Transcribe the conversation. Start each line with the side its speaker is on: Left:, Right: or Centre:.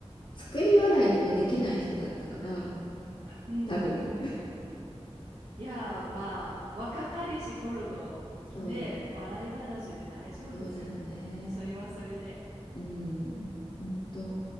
Left: 作り笑いとかできない人だったから、
Right: うん
Left: 多分。
Right: うんいやー、まあ、若かりし頃のね、
Left: そう、
Right: 笑い話で大丈夫ですよ。
Left: そうだよね。
Right: それはそれで。
Left: うん、本当。